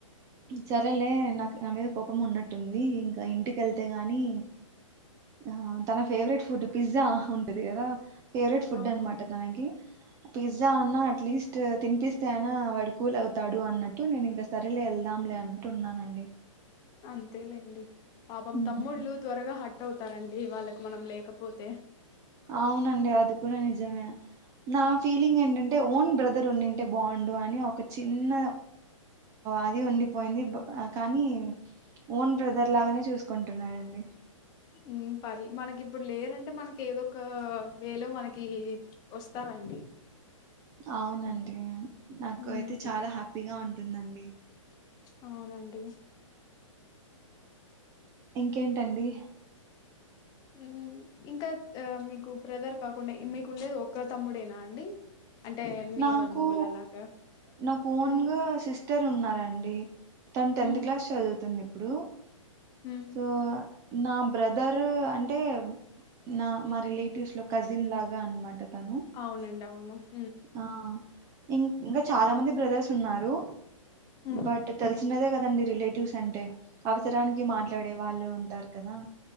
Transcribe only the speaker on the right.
సరేలే నాకు నా మీద కోపం ఉన్నట్టుంది ఇంకా ఇంటికెళ్తే గాని ఆ తన ఫేవరెట్ ఫుట్ ఫుడ్ పిజ్జా ఉంటది కదా ఫేవరెట్ ఫుడ్
అనమాట తనకి పిజ్జా అన్న అట్లీస్ట్ తినిపిస్తే అయినా వాడి కూల్ అవుతాడు అన్నట్టు నేను ఇంకా సరేలే వెళ్దాంలే అన్నట్టు ఉన్నానండి
ఉమ్.
అవునండి అది కూడా నిజమే నా ఫీలింగ్ ఏంటంటే ఓన్ బ్రదర్ ఉండింటే బాండు అని ఒక చిన్న అది ఉండిపోయింది బ కానీ ఓన్ బ్రదర్ లాగానే చూసుకుంటున్నాారండి
అవునండి నాకు
అయితే చాలా హ్యాపీగా ఉన్ టుందండి
ఇంకేంటండి
నాకు
నాకు ఓన్
సిస్ ఇట్టరు ఉన్నారంండి తను టెన్త్
క్లాస్ చదువుతుంది ఇప్ ఇప్పుడు
సో నా బ్రదర్ అంటే నా మా రిలేటివ్స్ లో కజిన్ లాగా అనమాట తను
ఆ ఇం ఇంకా చాలా మంది బ్రదర్స్ ఉన్నారు
బట్ తెలిసినదే కదండి రిలేటివ్స్ సండే అవసరానికి మాట్లాడే వాళ్ళు ఉంటారు కదా